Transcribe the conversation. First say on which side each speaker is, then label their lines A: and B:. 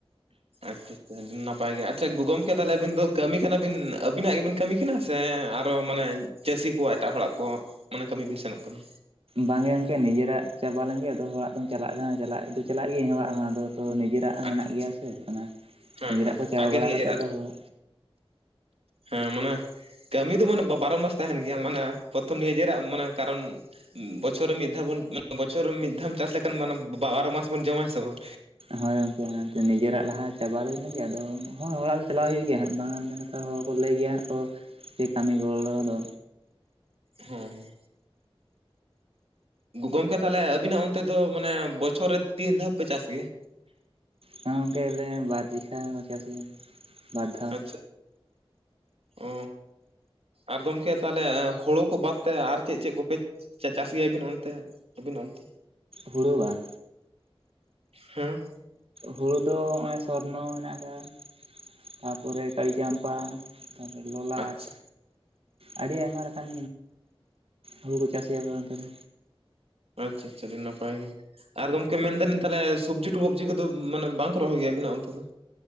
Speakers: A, on the right (about 85°); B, on the right (about 70°).
A: ᱟᱪᱪᱷᱟ ᱱᱟᱯᱟᱭ ᱜᱮ ᱟᱪᱪᱷᱟ ᱜᱚ ᱜᱚᱢᱠᱮ ᱛᱟᱦᱚᱞᱮ ᱟᱹᱵᱤᱱ ᱫᱚ ᱠᱟᱹᱢᱤ ᱠᱟᱱᱟᱵᱤᱱ ᱟᱹᱵᱤᱱᱟᱜ ᱜᱮᱵᱤᱱ ᱠᱟᱹᱢᱤ ᱠᱟᱱᱟ ᱥᱮ ᱟᱨᱚ ᱢᱟᱱᱮ ᱪᱟᱹᱥᱤ ᱠᱚ ᱮᱴᱟᱜ ᱦᱚᱲᱟᱜ ᱠᱚ ᱢᱟᱱᱮ ᱠᱟᱹᱢᱤ ᱵᱤᱱ ᱥᱮᱱᱚᱜ ᱠᱟᱱᱟ,
B: ᱵᱟᱝᱮ ᱜᱚᱝᱠᱮ ᱱᱤᱡᱮᱨᱟᱜ ᱪᱟᱵᱟ ᱞᱮᱱᱜᱮ ᱟᱫᱚ ᱦᱚᱲᱟᱜ ᱫᱚᱢ ᱪᱟᱞᱟᱜᱼᱟᱜ ᱪᱟᱞᱟᱜ ᱜᱤᱭᱟᱹ ᱤᱧ ᱦᱚᱲᱟᱜ ᱦᱚᱸ ᱟᱫᱚ ᱱᱤᱡᱮ ᱫᱟᱜ ᱦᱮᱱᱟᱜ
A: ᱟᱪᱪᱷᱟ ᱟᱪᱪᱷᱟ
B: ᱜᱮᱭᱟ ᱥᱮ ᱚᱱᱟ
A: ᱦᱮᱸ
B: ᱱᱤᱡᱮᱨᱟᱜ
A: ᱦᱮᱸ
B: ᱠᱚ ᱪᱟᱵᱟ
A: ᱟᱜᱮ
B: ᱵᱟᱲᱟ
A: ᱱᱤᱭᱟᱹ
B: ᱠᱟᱛᱮᱫ
A: ᱡᱮᱨᱟᱜ
B: ᱟᱫᱚ ᱦᱚᱲ
A: ᱦᱮᱸ ᱢᱟᱱᱮ ᱠᱟᱹᱢᱤ ᱫᱚ ᱢᱟᱱᱮ ᱵᱟᱨᱚ ᱢᱟᱥ ᱛᱟᱦᱮᱱ ᱜᱮᱭᱟ ᱢᱟᱱᱮ ᱯᱨᱚᱛᱷᱚᱢ ᱱᱤᱡᱮᱨᱟᱜ ᱢᱟᱱᱮ ᱠᱟᱨᱚᱱ ᱵᱚᱪᱷᱚᱨ ᱨᱮ ᱢᱤᱫ ᱫᱷᱟᱣ ᱵᱚᱱ ᱵᱚᱪᱷᱚᱨ ᱢᱤᱫ ᱫᱷᱟᱣ ᱮᱢ ᱪᱟᱥ ᱞᱮᱠᱷᱟᱱ ᱢᱟᱱᱮ ᱵᱟᱨᱚ ᱢᱟᱥ ᱵᱚᱱ ᱡᱚᱢᱟ ᱦᱮ ᱥᱮ ᱵᱟᱝ?
B: ᱦᱳᱭ ᱜᱚᱝᱠᱮ ᱱᱤᱡᱮᱨᱟᱜ ᱞᱟᱦᱟ ᱪᱟᱵᱟ ᱦᱩᱭ ᱞᱮᱱᱜᱮ ᱟᱫᱚ ᱦᱳᱭ ᱦᱚᱲᱟᱜ ᱫᱚ ᱪᱟᱞᱟᱜ ᱦᱩᱭᱩᱜ ᱜᱮᱭᱟ ᱦᱟᱜ ᱵᱟᱝ ᱮᱢ ᱡᱚᱛᱚ ᱦᱚᱲ ᱠᱚ ᱞᱟᱹᱭ ᱜᱮᱭᱟ ᱠᱚ ᱡᱮ ᱠᱟᱹᱢᱤ ᱜᱚᱲᱚ ᱫᱚ,
A: ᱦᱚ ᱦᱩ ᱾ ᱜᱚᱢᱠᱮ ᱛᱟᱦᱚᱞᱮ ᱟᱵᱤᱱᱟᱜ ᱚᱱᱛᱮ ᱫᱚ ᱢᱟᱱᱮ ᱵᱚᱪᱷᱚᱨ ᱨᱮ ᱛᱤᱱ ᱫᱷᱟᱣ ᱯᱮ ᱪᱟᱥ ᱜᱮᱭᱟ᱾
B: ᱦᱮ ᱜᱚᱝᱠᱮ ᱞᱮ ᱵᱟᱨ ᱞᱮᱜᱷᱟ ᱠᱚ ᱪᱟᱥ ᱜᱮᱭᱟ ᱵᱟᱨ ᱫᱷᱟᱣ,
A: ᱟᱪᱪᱷᱟ ᱚ ᱟᱨ ᱜᱚᱢᱠᱮ ᱛᱟᱦᱚᱞᱮ ᱦᱳᱲᱳ ᱠᱚ ᱵᱟᱫ ᱛᱮ ᱟᱨ ᱪᱮᱫ ᱪᱮᱫ ᱠᱚᱯᱮ ᱪᱟᱥ ᱜᱮᱭᱟᱵᱤᱱ ᱚᱱᱛᱮ ᱟᱹᱵᱤᱱ ᱚᱱᱛᱮ?
B: ᱦᱩᱲᱩ ᱵᱟᱝ?
A: ᱦᱮᱸ᱾
B: ᱦᱩᱲᱩ ᱫᱚ ᱱᱚᱜᱼᱚᱭ ᱥᱚᱨᱱᱚ ᱦᱮᱱᱟᱜ ᱟᱠᱟᱜ-ᱟ ᱛᱟᱯᱚᱨᱮ ᱠᱟᱲᱤ ᱪᱟᱢᱯᱟ, ᱛᱟᱨᱯᱚᱨᱮ ᱞᱚᱞᱟᱴ,
A: ᱟᱪᱪᱷᱟ
B: ᱟᱹᱰᱤ ᱟᱭᱢᱟ ᱞᱮᱠᱟᱱ ᱦᱩᱲᱩ ᱠᱚ ᱪᱟᱹᱟᱥᱭᱟᱠᱚ ᱚᱱᱛᱮ ᱫᱚ,
A: ᱟᱪᱪᱷᱟ ᱟᱪᱪᱷᱟ ᱟᱹᱰᱤ ᱱᱟᱯᱟᱭ᱾ ᱟᱨ ᱜᱚᱢᱠᱮ ᱢᱮᱱᱫᱟᱞᱤᱧ ᱥᱚᱵᱽᱡᱤ ᱴᱩᱼᱴᱚᱵᱡᱤ ᱠᱚᱫᱚ ᱢᱟᱱᱮ ᱵᱟᱝᱠᱚ ᱨᱚᱦᱚᱭ ᱜᱮᱭᱟ ᱟᱵᱤᱱᱟᱜ ᱚᱱᱛᱮ ᱫᱚ?